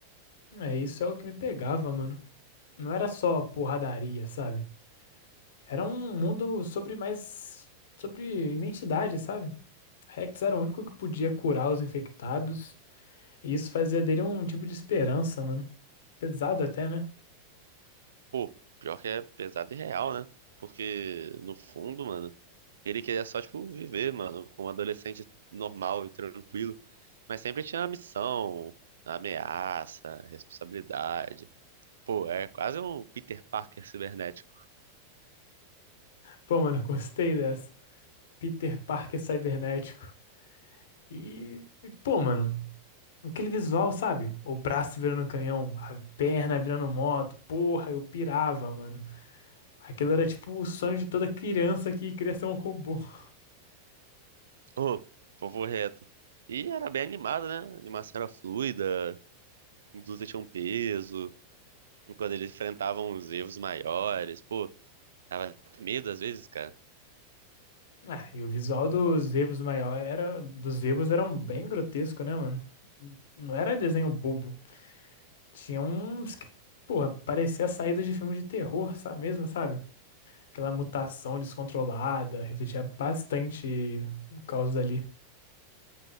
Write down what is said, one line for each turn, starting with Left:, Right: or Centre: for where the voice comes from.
Left: É, isso é o que me pegava, mano. Não era só porradaria, sabe? Era um mundo sobre mais. sobre identidade, sabe? Rex era o único que podia curar os infectados. E isso fazia dele um tipo de esperança, mano. Pesado até, né?
Right: Pô, pior que é pesado e real, né? Porque, no fundo, mano. Ele queria só, tipo, viver, mano, como um adolescente normal e tranquilo. Mas sempre tinha a missão, a ameaça, a responsabilidade. Pô, é quase um Peter Parker cibernético.
Left: Pô, mano, <laughs> gostei dessa. Peter Parker cibernético E, e, pô, mano, aquele visual, sabe? O braço virando canhão, a perna virando moto, porra, eu pirava, mano. Aquilo era tipo o sonho de toda criança que queria ser um robô. <laughs>
Right: Ô, povo reto. E era bem animado, né? A animação era fluida, a luta tinha um peso. E quando eles enfrentavam os erros maiores, pô, dava até medo às vezes, cara.
Left: Ah, e o visual dos Evos maior era, dos Evos eram bem grotesco, né, mano? Não era desenho bobo. Tinha uns que, porra, parecia saída de filme de terror, sabe mesmo, sabe? Aquela mutação descontrolada, refletia bastante o caos ali.